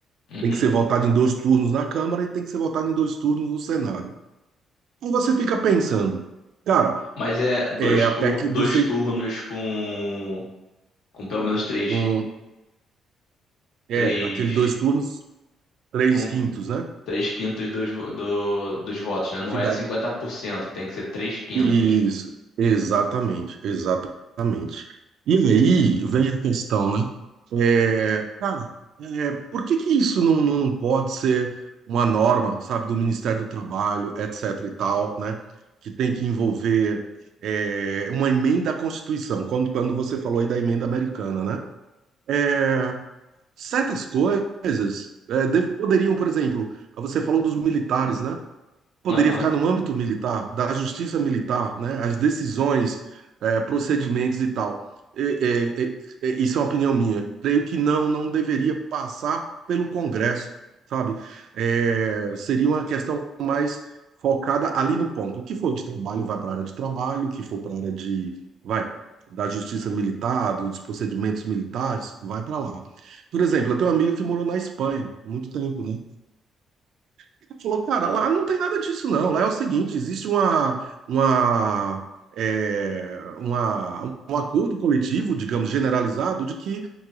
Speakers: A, on the left (about 85°); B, on the right (about 70°).
A: Uhum.
B: Tem que ser votado em dois turnos na Câmara e tem que ser votado em dois turnos no Senado. e Você fica pensando, cara,
A: Mas é dois,
B: é a
A: tur
B: PEC
A: dois
B: do seis,
A: turnos com, com pelo menos três,
B: um, é
A: três,
B: aquele dois turnos, três
A: com
B: quintos, né?
A: três quintos dos, vo- do- dos votos, né? Não
B: Que
A: é
B: dá
A: cinquenta por cento tem que ser três quintos.
B: isso, exatamente, exatamente. E aí vem a questão, né? É, cara, é, por que que isso não, não, não pode ser uma norma, sabe, do Ministério do Trabalho, etc. e tal, né? Que tem que envolver é, uma emenda à Constituição, quando, quando você falou aí da emenda americana, né? É, certas coisas é, deve- poderiam, por exemplo, você falou dos militares, né? poderia
A: Aham.
B: ficar no âmbito militar, da justiça militar, né? As decisões, eh, procedimentos e tal. Eh, eh, eh, isso é uma opinião minha. Creio que não, não deveria passar pelo Congresso, sabe? Eh, seria uma questão mais focada ali no ponto. O que for de trabalho vai para a área de trabalho, o que for para a área de, vai, da justiça militar, dos procedimentos militares, vai para lá. Por exemplo, eu tenho uma amiga que morou na Espanha muito tempo, né? Ele falou, cara, lá não tem nada disso, não. Lá é o seguinte, existe uma, uma, é, uma- um acordo coletivo, digamos, generalizado, de que